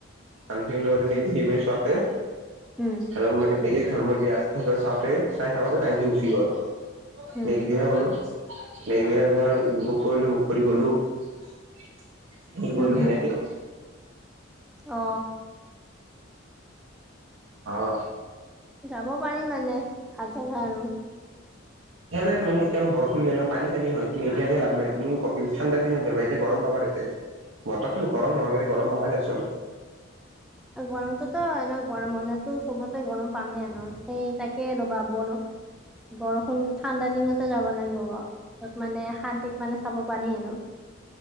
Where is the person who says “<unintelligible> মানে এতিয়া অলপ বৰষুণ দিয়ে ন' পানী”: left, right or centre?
Right